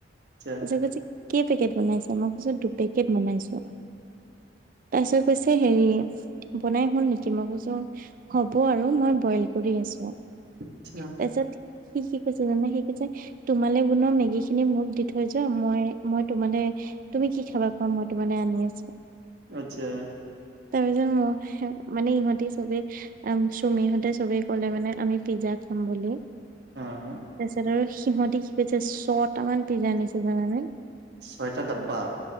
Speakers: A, on the right; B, on the right.
A: আচ্ছা।
B: ত কৈছে কেই পেকেট বনাইছা মই কৈছো দুপেকেট বনাইছো। তাৰপিছত কৈছে হেৰি বনাই হ'ল নেকি মই কৈছো হ'ব আৰু মই বইল কৰি আছো
A: আচ্ছা
B: তাৰপিছত কৈছে জাননে সি কৈছে তোমালে বনোৱা মেগী খিনি মোক দি থৈ যোৱা মই-মই তোমালে তুমি কি খাবা কোৱা মই তোমালে আনি আছো।
A: আচ্ছা।
B: তাৰ পিছত ম মানে ইহঁতে চবেই চুমি ইহঁতে চবে কলে মানে আমি পিজ্জা। খাম বুলি। তাৰপিছত
A: আহ
B: আৰু সিহতি কি কৈছে ছটামান পিজ্জা আনিছে জানানে।
A: ছয়টা ডাব্বা।